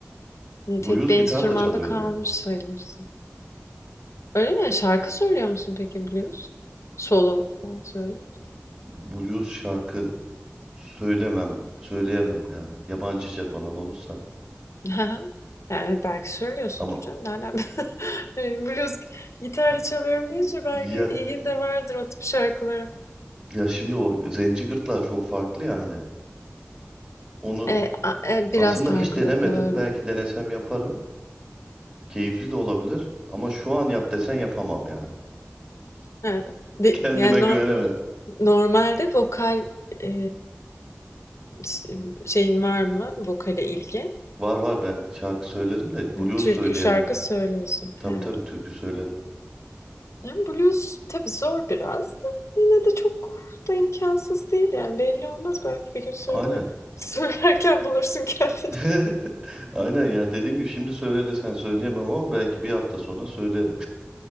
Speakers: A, on the left; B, on the right.
A: Yani
B: Blues
A: tek bir
B: gitar
A: enstrümanda
B: da çalıyorum
A: kalmış
B: ben.
A: sayılırsın. Öyle mi? Şarkı söylüyor musun peki blues? Solo falan söyle.
B: Blues şarkı söylemem, söyleyemem yani. Yabancıca falan olursa.
A: Hı Yani belki söylüyorsundur
B: Ama
A: canım. Nereden? <laughs> Hani Blues gitarla çalıyorum deyince belki
B: ya
A: ilgin de vardır o tip şarkılara.
B: ya şimdi o zenci gırtlağı çok farklı ya hani. Onu
A: E, a- e, biraz
B: aslında
A: farklı
B: hiç denemedim.
A: doğru.
B: Belki denesem yaparım. Keyifli de olabilir. Ama şu an yap desen yapamam yani.
A: Evet. De-
B: <laughs> Kendime
A: yani no-
B: güvenemedim.
A: normalde vokal e, s- şeyin var mı? Vokale ilgin.
B: Var var ben şarkı söylerim de
A: Yani
B: blues
A: türkü
B: söyleyemem.
A: şarkı söylüyorsun.
B: Tabii
A: He.
B: tabii türkü söylerim.
A: Yani blues tabii zor biraz da yine de çok da imkansız değil yani belli olmaz belki bir gün söyle
B: Aynen.
A: <laughs> söylerken bulursun kendini.
B: <laughs> Aynen yani dediğim gibi şimdi söyle desen söyleyemem ama belki bir hafta sonra söylerim.